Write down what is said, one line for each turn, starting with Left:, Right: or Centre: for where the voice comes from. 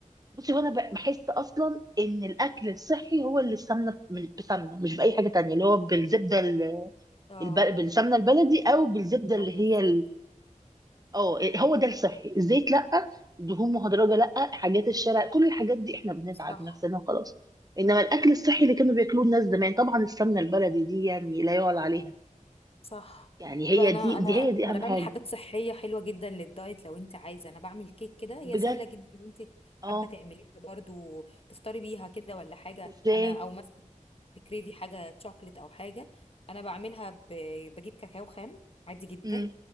Right: بصي وانا ب- بحس اصلا ان الاكل الصحي هو اللي السمنه من- بسمنه مش باي حاجه تانية اللي هو بالزبده ال-
Left: اه
Right: الب... بالسمنه البلدي او بالزبده اللي
Left: او بالزبده
Right: هي اه هو ده الصحي الزيت لا دهون مهدرجه لا حاجات الشارع كل الحاجات دي احنا بنتعب
Left: صح
Right: نفسنا وخلاص انما الاكل الصحي اللي كانوا بياكلوه الناس زمان طبعا السمنه البلدي دي يعني لا يعلى عليها
Left: صح
Right: يعني هي
Left: لا انا
Right: دي
Left: انا
Right: دي هي دي اهم
Left: انا بعمل
Right: حاجه
Left: حاجات صحيه حلوه جدا للدايت لو انت عايزه انا بعمل كيك كده هي
Right: بجد
Left: سهله جدا لو انت حابه
Right: اه
Left: تعمليها برضو تفطري بيها كده ولا حاجه
Right: ازاي
Left: انا او مثلا بتكريفي حاجه شوكليت او حاجه انا بعملها ب... بجيب كاكاو خام عادي جدا
Right: امم